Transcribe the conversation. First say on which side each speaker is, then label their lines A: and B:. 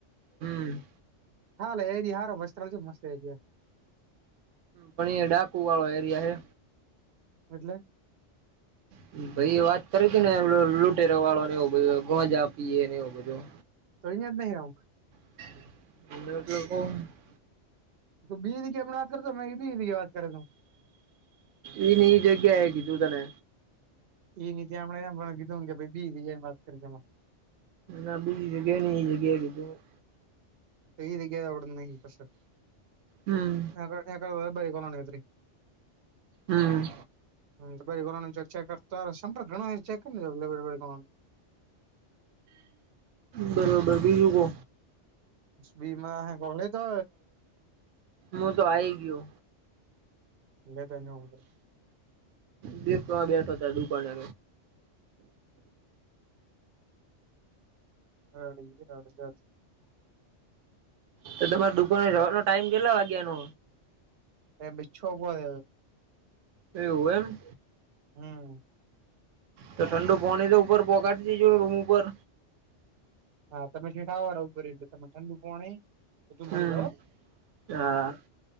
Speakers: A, on the right; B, on the right.
A: હમ
B: હાાલ એરિયા હાર મસ્ત ચાલ છે મસ્ત એરિયા
A: પણ એ ડાકુ વાળો એરિયાે
B: એટલે
A: હમ ભાઈ વાત કરે છે ને એ લૂટેરાવાળો ને એવો બધ ગોંજા આપીએ ને એવું બધું
B: તોઈ જ નહી આવમ
A: એટ
B: તો બ બેી જગ્યા આપ પણ વાત કરતો મેં બી જગ્યા વાત કરે તો
A: એની જગ્યા હે ગી દું તને
B: એ નની આપમણે એમ કીધું કે ભ બી બીજાની વાત કરીમાં
A: ના બીજી જગ્યાએ ન એ જગ્યાએ કીધું
B: એ ગયાડ ન પછ એ
A: હમ્મ
B: એરી કોલ ન ત
A: હમ્મ
B: હમ્મ બ ગણ ચક સં ગણ <unintelligible>
A: બરોબર બીજું કો
B: બી ગલે તો
A: હું તો આઈ ગયો.
B: ગ ધનમ
A: દપમાં બેઠો ત દુપને
B: અ અ અ જ
A: તો તમારે દુકાનો જવાનો ટાઈમ કેટલા વાગ્યાનો
B: એ મી છ વગ
A: એવું એમ
B: હમ્મ
A: તો ઠંડુ પણી તો ઉપર પોગાડી જ જો રૂમ ઉપર
B: હા તમે છેઠાવાળ એટલે તમને ઠંડુ કોણ તોધું
A: હમ
B: મળી જાવ હ
A: હા